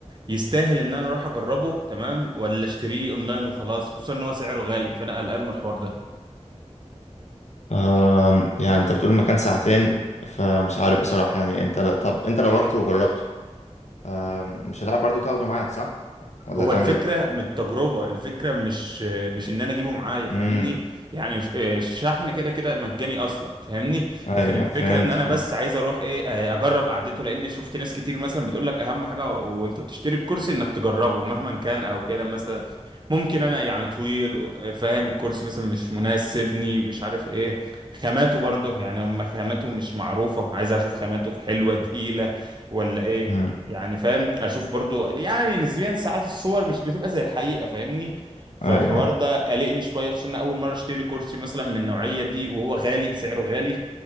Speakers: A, on the right; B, on the left.
A: يستاهل ان انا اروح اجربه تمام ولا اشتريه اونلاين وخلاص خصوصا ان هو سعره غالي فانا قلقان من الحوار ده
B: آم، يعني انت بتقول المكان ساعتين فمش عارف بصراحة يعني انت لا- طب انت لو رحت وجربته آم، مش هتعرف برضو تاخده معاك صح؟ ولا
A: هو
B: هتعمل
A: الفكرة
B: ايه؟
A: من التجربة الفكرة مش مش ان انا اجيبه معايا فاهمني
B: امم
A: يعني مش- آه، الشحن كده كده مجاني اصلا فاهمني
B: ايوه
A: لكن الفكرة
B: فهمت
A: ان انا
B: فهمت
A: بس عايز اروح ايه آه، اجرب قعدته لان شفت ناس كتير مثلا بتقول لك اهم حاجة وانت بتشتري الكرسي انك تجربه مهما كان او كده مثلا ممكن انا يعني طويل آه، فاهم الكرسي مثلا مش مناسبني مش عارف ايه خاماته برضه يعني هم خاماته مش معروفة عايز اشوف خاماته حلوة تقيلة ولا ايه
B: امم
A: يعني فاهم اشوف برضو يعني نسبيا ساعات الصور مش بتبقى زي الحقيقة فاهمني فالحوار
B: ايوه ايوه
A: ده قلقني شوية خصوصا إن اول مرة اشتري كرسي مثلا من النوعية دي وهو غالي سعره غالي